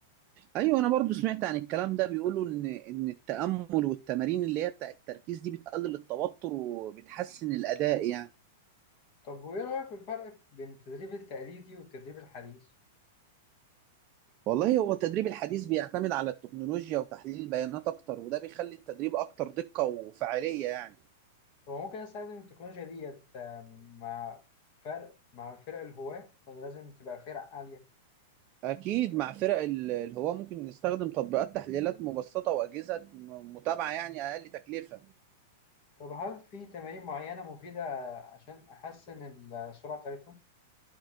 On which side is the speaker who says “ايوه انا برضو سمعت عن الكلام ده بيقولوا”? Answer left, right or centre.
Right